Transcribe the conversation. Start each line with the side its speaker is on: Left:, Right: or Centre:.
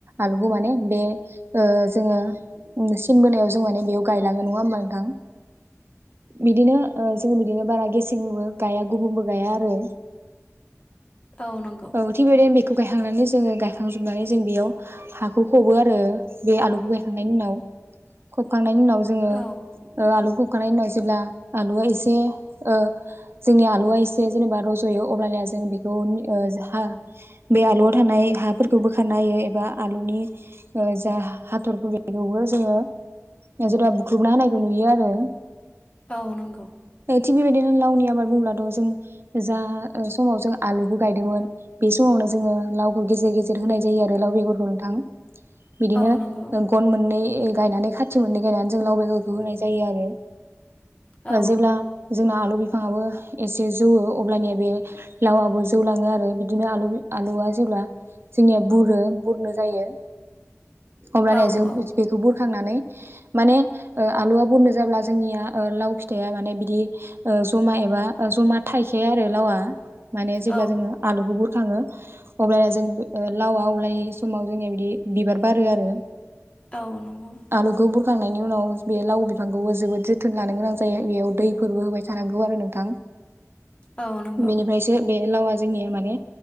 Right: आलुखौ माने बे ओ जोङो सिन बोनायाव जों माने बेयाव गायलाङो नङा होमबा नोंथां? बिदिनो ओ जोङो बिदिनो बारा गेसेंबो गाया गुबुंबो गाया आरो।
Left: औ नंगौ
Right: थिग बेबायदिनो बेखौ गायखांनानै जोङो गायखांजोबनानै जों बेयाव हाखौ खबो आरो बे आलुखौ गायखांनायनि उनाव खबखांनायनि उनाव जोङो
Left: औ
Right: आलुखौ खोखांनायनि उनाव जेब्ला आलुआ एसे ओ जोंनि आलुआ एसे जेनेबा रज'यो अब्लानिया जों बेखौ हा बे आलुआव थानाय हाफोरखौ बोखारना होयो एबा आलुनि ओ जा हाथरफोरखौबो जोङो सोरेबा बुख्रुबना होनायखौ नुयो आरो।
Left: औ नंगौ
Right: थिग बेबायदिनो लावनि आबाद बुंलाथ' जों जा समाव जों आलुखौ गायदोंमोन बे समावनो जोङो लावखौ गेजेर गेजेर होनाय जायो आरो लाव बेगरखौ नोंथां बिदिनो
Left: औ नंगौ
Right: गन मोननै गायनानै खाथि मोननै गायनानै जों लाव बेगरखौ होनाय जायो आरो।
Left: औ
Right: जेब्ला जोंना आलु बिफांआबो एसे जौवो अब्लानिया बे लावाबो जौलाङो आरो बिदिनो आलु आलुआ जेब्ला जोंनिया बुरो बुरनो जायो अब्लानिया
Left: औ
Right: जों
Left: औ
Right: बेखौ बुरखांनानै माने आलुवा बुरनो जाब्ला जोंनिया लाव फिथाइया माने बिदि जमा एबा जमा थाइखाया आरो लावआ माने
Left: औ
Right: जेब्ला जोङो आलुखौ बुरखाङो अब्लाना जों लावा अब्लानि समाव जोंनिया बिदि बिबार बारो आरो
Left: औ नंगौ
Right: आलुखौ बुरखांनायनि उनाव बे लाव बिफांखौबो जोबोद जोथोन लानो गोनां जायो बेयाव दै फोरबो होबाय थानांगौ आरो नोंथां।
Left: औ नंगौ।
Right: बेनिफ्रायसो बे लावा जोंनिया माने